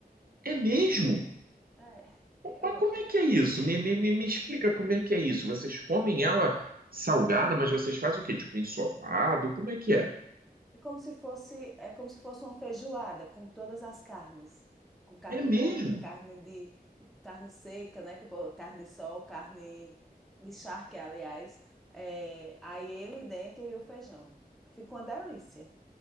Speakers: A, on the right; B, in the centre.
A: é mesmo?
B: É, <laughs> é,
A: Mas
B: eu gosto.
A: como é que é isso? Me, me, me me explica como é que é isso. Vocês comem ela salgada, mas vocês fazem o quê? Tipo ensopado? Como é que é?
B: É como se fosse é como se fosse uma feijoada com todas as carnes, com carne
A: É mesmo?
B: de porco, carne de carne seca, né? que o povo- Carne de sol, carne de charque, aliás. É, aí ele dentro e o feijão. Fica uma delícia.